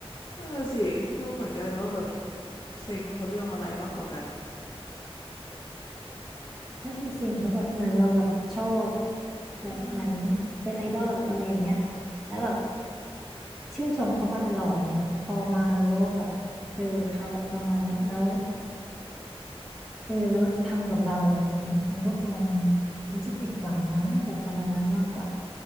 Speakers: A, on the left; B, in the centre.
A: นั่นนะสิ ไม่รู้เหมือนกันว่าแบบเซ็งเพราะเรื่องอะไรมากกว่ากัน
B: น่าจะเซ็งเพราะแบบเหมันเราแบบชอบ
A: อืม
B: แบบเหมันเป็นไอดอลอะไรอย่างเงี้ยแล้วแบบชื่นชมเขามาตลอดเนี่ยพอมารู้ว่าแบบเออเขาแบบประมาณเนี้ยแล้วเออแล้วทำกับเราอย่างเงี้ยมันก็คงรู้สึกผิดหวังมั้งน่าจะประมาณนั้นมากกว่า